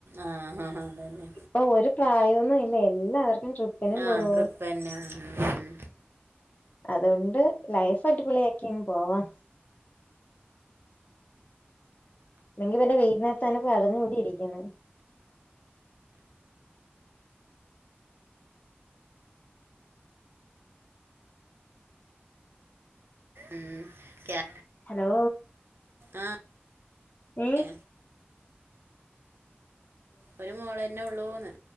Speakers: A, on the right (about 70°); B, on the left (about 45°).
A: ആഹ് ആഹ് ആ അതന്നെ
B: അപ്പ ഒരു പ്രായന്നും ഇല്ല എല്ലാവർക്കും ട്രിപ്പിനും
A: ആഹ്
B: പോവും
A: ട്രിപ്പ്ന്നെ ഉം ഉം.
B: അതുകൊണ്ട് ലൈഫടിപൊളിയക്കിയങ്ങ് പോവാം. ല്ലാങ്കിൽ വൈന്നേരത്തെന്നെ അടഞ്ഞ് കൂടിയിരിക്കുന്നു
A: ഉം ക്യാ
B: ഹലോ
A: ആ
B: ഏഹ്.
A: ഏ, ഒരു മോളന്നെള്ളൂന്ന്.